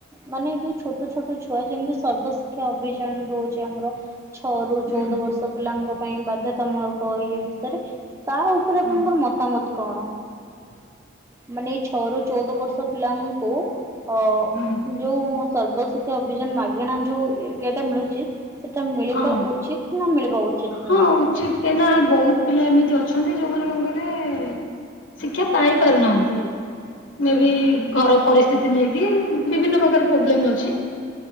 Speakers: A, on the right (about 15°); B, on the left (about 75°).
A: ମାନେ ଯୋଉ ଛୋଟ ଛୋଟ ଛୁ ପ୍ରାୟ ଯେମିତି ସର୍ବ ଶିକ୍ଷା ଅଭିଯାନ ରହୁଛି ଆମର ଛଅ ରୁ
B: ହୁଁ
A: ଚଉଦ ବର୍ଷ ପିଲାଙ୍କ ପାଇଁ ବାଧ୍ୟତାମୂଳକ ୟେ ଭିତରେ ତା ଉପରେ ଆପଣଙ୍କର
B: ହଁ
A: ମତାମତ କଣ?
B: <unintelligible>
A: ମାନେ ଏ ଛଅରୁୁ ଚଉଦ ବର୍ଷ ପିଲାଙ୍କୁ ଅ
B: ହୁଁ
A: ଯୋଉ ସର୍ବଶ ତୋ ଅଭିଯାନ ମାଗଣା ଯୋଉ ଇଏଟା ମିଳୁଛି ସେଟା ମିଳିବା
B: ହଁ
A: ଉଚିତ୍ ନା ମିଳିବା ଉଚିତ
B: ହଁ
A: ନୁହେଁ?
B: ଉଚିତ କାହିଁକି ନା ବହୁତ ପିଲା ଏମିତି ଅଛନ୍ତି ଯୋଉମାନେ କଣ କହିଲେ? ଶିକ୍ଷା ପାଇ ପାରୁନାହାନ୍ତି। ମେ ବି ଘର ପରିସ୍ଥିତି ନେଇକି ବିଭିନ୍ନ ପ୍ରକାର ପ୍ରୋବ୍ଲେମ ଅଛି।